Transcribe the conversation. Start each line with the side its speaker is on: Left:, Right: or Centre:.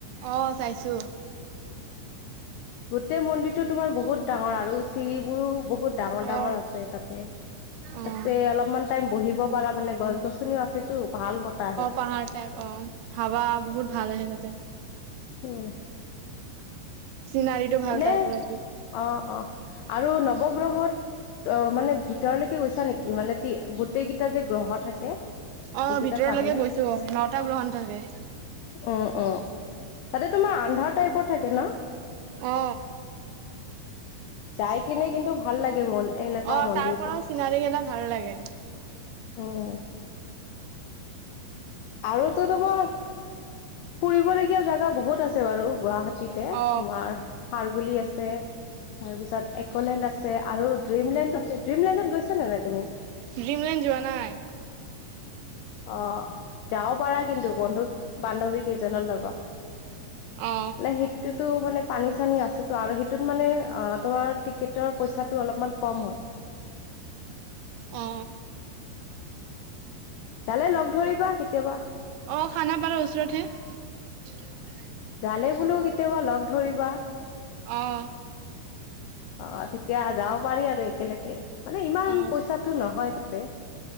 Right: অ, চাইছোঁ।
Left: গোটেই মন্দিৰটো তোমাৰ বহুত ডাঙৰ আৰু চিৰিবোৰো বহুত ডাঙৰ ডাঙৰ
Right: অ',
Left: আছে তাতে,
Right: অ',
Left: তাতে অলপমান টাইম বহিব পাৰা মানে গছ গছনিও আছেতো, ভাল বতাহে। অ,
Right: পাহাৰ টাইপ অ', হাৱা বহুত ভাল আহে তাতে
Left: উম,
Right: চিনাৰীটো ভাল
Left: এনেই
Right: তাৰ পৰা
Left: অ, অ, আৰু নৱগ্ৰহত অ, মানে ভিতৰলৈকে গৈছা নেকি? মানে গোটেই কেইটা যে গ্ৰহ থাকে।
Right: অ,
Left: সেইকেইটা
Right: ভিতৰলৈকে
Left: চাবলে
Right: গৈছোঁ নটা গ্ৰহণ থাকে।
Left: উম, উম, তাতে তোমাৰ আন্ধাৰ টাইপৰ থাকে ন?
Right: অ,
Left: যাই কিনে কিন্তু ভাল লাগে মন এনেকুৱা
Right: অ
Left: মন্দিৰ
Right: তাৰ পৰাও
Left: বোৰ।
Right: চিনাৰী কেইটা ভাল লাগে
Left: উম, আৰুতো তোমাৰ ফুৰিবলগীয়া জোগা বহুত আছে। বাৰু গুৱাহাটী তিতে
Right: অ
Left: তোমাৰ সাৰগুলি আছে, তাৰপিছত এক'লেণ্ড আছে, আৰু ড্ৰিমলেণ্ড আছে, ড্ৰিমলেণ্ডত গৈছ নে নাই তুমি?
Right: ড্ৰিমলেণ্ড যোৱা নাই।
Left: অ, যাব পাৰা কিন্তু বন্ধু বান্ধৱী কেইজনৰ লগত। নে,
Right: অ
Left: সেইটোতো মানে পানী চানী আছেতো আৰু সেইটোত মানে অ, তোমাৰ টিকেটৰ পইচাটো অলপমান কম হয়।
Right: অ
Left: জালে লগ ধৰিবা, কেতিয়াবা
Right: অ, খানাপাৰা ওচৰত হে।
Left: জালে বোলো কেতিয়াবা লগ ধৰিবা।
Right: অ',
Left: অ, তেতিয়া যাব পাৰি আৰু একেলগে, মানে ইমান
Right: অ
Left: পইচাটো নহয় তাতে।